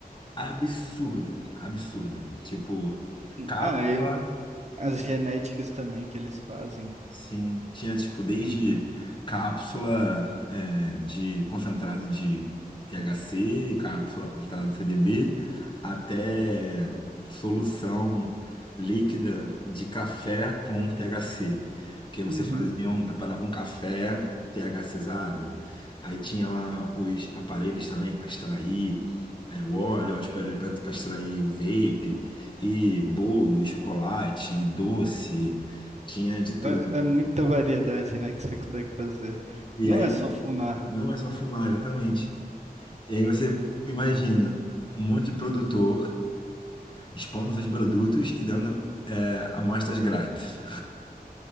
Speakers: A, on the left; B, on the right.
A: absurda, absurda. Tipo, cápsula.
B: Ah, eu, as genéticas também que eles fazem.
A: Sim, tinha tipo desde cápsula é, de concentrado de THC e cápsula concentrada de CDB até solução líquida de café com THC, que você
B: Uhum.
A: fazia um, preparava um café THCizado. Aí tinha lá os aparelhos também para extrair é, o óleo, os aparelhos para extrair o vape, e bolo, e chocolate, e doce, tinha de tudo.
B: É é muita variedade, né, que você consegue fazer.
A: E
B: Não
A: aí
B: é só fumar.
A: não é só fumar, exatamente. E aí você imagina um monte de produtor expondo seus produtos e dando é, amostras grátis